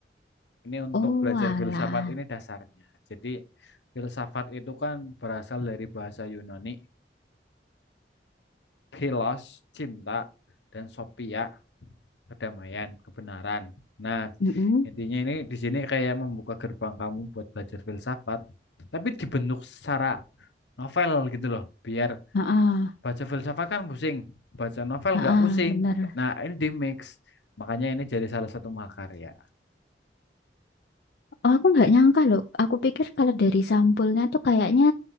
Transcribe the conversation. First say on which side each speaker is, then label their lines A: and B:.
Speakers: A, on the left; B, on the left.
A: Ini untuk
B: Oh,
A: belajar
B: alah.
A: filsafat ini dasarnya. Jadi filsafat itu kan berasal dari bahasa Yunani, philos, cinta, dan sophia, kedamaian, kebenaran. Nah,
B: Mm-mm.
A: intinya ini di sini kayak membuka gerbang kamu buat belajar filsafat, tapi dibentuk secara novel gitu loh, biar
B: Heeh.
A: Baca filsafat kan pusing, baca novel
B: Heeh,
A: nggak pusing.
B: bener.
A: Nah, ini di mix. Makanya ini jadi salah satu makarya.
B: Oh, aku nggak nyangka loh. Aku pikir kalau dari sampulnya tuh kayaknya